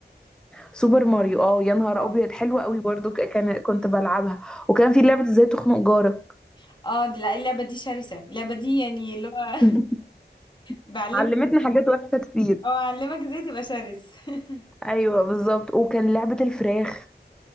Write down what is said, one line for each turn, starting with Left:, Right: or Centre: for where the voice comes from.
Centre: سوبر ماريو اه يا نهار
Left: اه
Centre: أبيض حلوة قوي برضه ك- كان كنت بلعبها وكان في لعبة ازاي تخنق جارك
Left: <laughs> اه دي- لا اللعبة دي شرسة اللعبة دي يعني اللي هو
Centre: <laughs>
Left: <laughs> بعلمك
Centre: علمتنا حاجات وحشة كتير
Left: او اعلمك ازاي تبقى شرس <laughs>
Centre: أيوة بالظبط وكان لعبة الفراخ